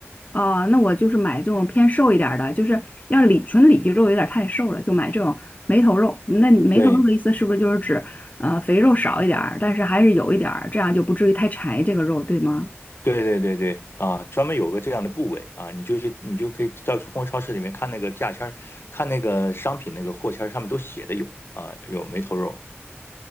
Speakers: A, on the left; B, on the left.
A: 啊，那我就是买这种偏瘦一点儿的，就是要里纯里脊肉有点儿太瘦了，就买这种梅头肉。那梅头肉的意思是不是就是指呃肥肉少一点儿，
B: 对
A: 但是还是有一点儿，这样就不至于太柴这个肉，对吗？
B: 对对对对啊，专门有个这样的部位啊，你就去，你就可以到物超市里面看那个价签儿，看那个商品那个货签儿上面都写的有啊，有梅头肉。